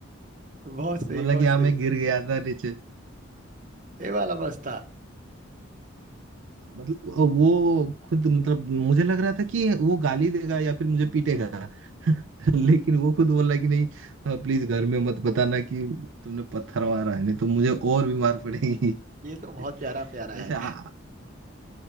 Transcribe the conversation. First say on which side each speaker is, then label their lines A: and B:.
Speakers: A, on the right; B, on the right.
A: बहुत सही
B: बोला
A: बहुत
B: कि हाँ
A: सही
B: मैं गिर गया था नीचे
A: ये वाला मस्त था
B: मतलब वो खुद मतलब मुझे लग रहा था कि वो गाली देगा या फिर मुझे पीटेगा <laughs> लेकिन वो खुद बोला कि नहीं प्लीज घर में मत बताना कि तुमने पत्थर मारा है नहीं तो मुझे और भी मार पड़ेगी
A: ये तो बहुत प्यारा
B: <laughs>
A: प्यारा है
B: वैसे आ,